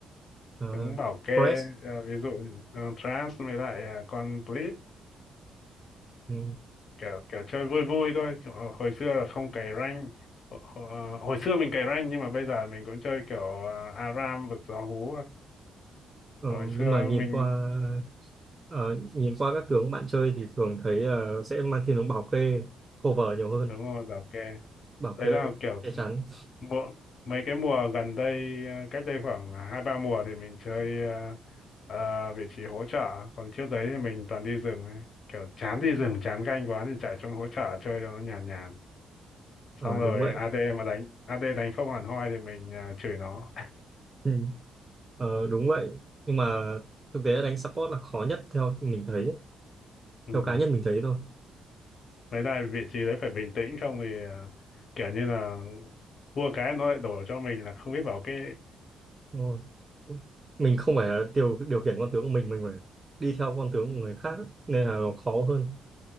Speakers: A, on the right (about 25°); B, on the left (about 55°).
A: uh,
B: tướng bảo kê
A: press.
B: ờ, ví dụ uh, Thras với lại ờ, con Blitz
A: Ừ.
B: kiểu kiểu chơi vui vui thôi Chứ hồi xưa là không cày rank Ho- ho- hồi xưa mình cày rank nhưng mà bây giờ mình cũng chơi kiểu à, ARAM vực gió hú thôi.
A: Ờ,
B: hồi xưa
A: nhưng mà nhìn
B: mình
A: qua ờ, nhìn qua các tướng bạn chơi thì thường thấy ờ, sẽ mang thiên hướng bảo kê cover nhiều hơn,
B: đúng rồi bảo kê
A: bảo kê
B: đấy là kiểu
A: che chắn.
B: mùa, mấy cái mùa gần đây à, cách đây khoảng hai ba mùa thì mình chơi à, à, vị trí hỗ trợ còn trước đấy thì mình toàn đi rừng ấy. kiểu chán đi rừng chán canh quá thì chạy xuống hỗ trợ chơi cho nó nhàn nhàn xong
A: Ờ,
B: rồi
A: đúng vậy.
B: AD mà đánh AD đánh không hẳn hoi thì mình à, chửi nó
A: Ừ. Ờ, đúng vậy nhưng mà thực tế đánh support là khó nhất theo mình thấy
B: <laughs> ừ.
A: theo cá nhân mình thấy thôi
B: Với lại vị trí đấy phải bình tĩnh không thì à, kiểu như là thua cái nó lại đổ cho mình là không biết bảo kê.
A: Đúng rồi. mình không phải là điều điều khiển con tướng của mình mình phải đi theo con tướng
B: Ừ,
A: của người khác ấy. nên là
B: ừ.
A: nó khó hơn